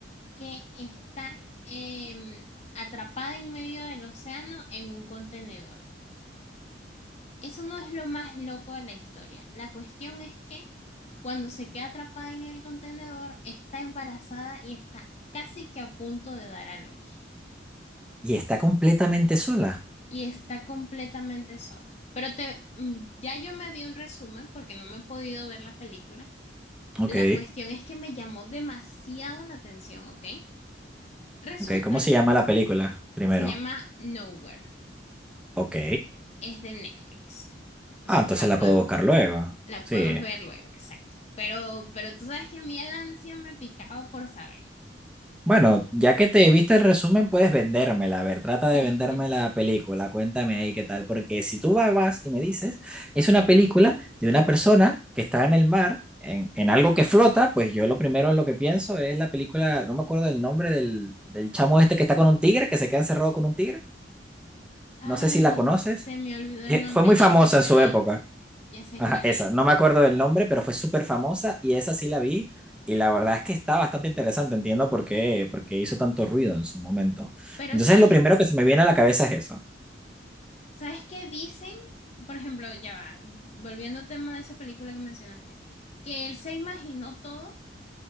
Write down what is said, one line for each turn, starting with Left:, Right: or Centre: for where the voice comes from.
Left: que está em, atrapada en medio del océano en un contenedor. Eso no es lo más loco de la historia. La cuestión es que cuando se queda atrapada en el contenedor, está embarazada y está casi que a punto de dar a luz
Centre: Y está completamente sola.
Left: y está completamente sola. Pero te, mm, ya yo me vi un resumen porque no me he podido ver la película.
Centre: Ok.
Left: La cuestión es que me llamó demasiado la atención, ¿ok? Resulta,
Centre: Ok. ¿Cómo se llama la película? Primero.
Left: se llama Nowhere,
Centre: Ok.
Left: es de Netflix. O
Centre: Ah,
Left: sea
Centre: entonces
Left: que la
Centre: la
Left: podemos,
Centre: puedo buscar luego.
Left: la
Centre: Sí.
Left: podemos ver luego, exacto. Pero, pero tú sabes que a mí el ansia me picaba por saber.
Centre: Bueno, ya que te viste el resumen, puedes vendérmela. A ver, trata de
Left: <laughs>
Centre: venderme la película. Cuéntame ahí qué tal. Porque si tú va- vas y me dices, es una película de una persona que está en el mar, en, en algo que flota, pues yo lo primero en lo que pienso es la película, no me acuerdo el nombre del, del chamo este que está con un tigre, que se queda encerrado con un tigre.
Left: Ay,
Centre: No sé si la conoces.
Left: se me olvidó el
Centre: Eh,
Left: nombre,
Centre: Fue muy
Left: ya
Centre: famosa
Left: sé cuál
Centre: en su
Left: es,
Centre: época.
Left: ya sé
Centre: Ajá,
Left: cuál
Centre: esa.
Left: es.
Centre: No me acuerdo del nombre, pero fue súper famosa y esa sí la vi. Y la verdad es que está bastante interesante. Entiendo por qué, porque hizo tanto ruido en su momento.
Left: Pero
Centre: Entonces,
Left: sabes,
Centre: lo primero que se me viene a la cabeza es eso.
Left: ¿sabes qué dicen? Por ejemplo, ya va, volviendo al tema de esa película que mencionaste, que él se imaginó todo